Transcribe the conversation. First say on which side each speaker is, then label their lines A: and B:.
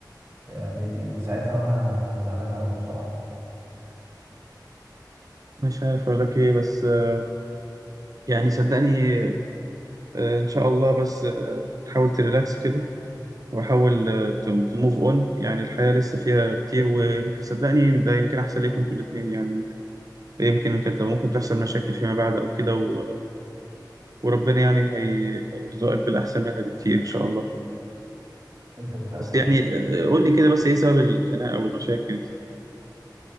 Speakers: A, on the right; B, on the right.
A: يعني من ساعتها وانا زعلان قوي بصراحه
B: مش عارف أقول لك ايه بس آه، يعني صدقني آه، إن شاء الله بس آه، تحاول تريلاكس كده واحاول تو موف اون يعني الحياة لسه فيها كتير وممكن صدقني ده يمكن احسن ليكم انتوا الاتنين يعني يمكن كده ممكن تحصل مشاكل فيما بعد او كده و... وربنا يعني هيرزقك بالاحسن منها بكتير ان شاء الله
A: انت متأكد؟
B: بس يعني آه، قول لي كده بس ايه سبب الخناقة او المشاكل دي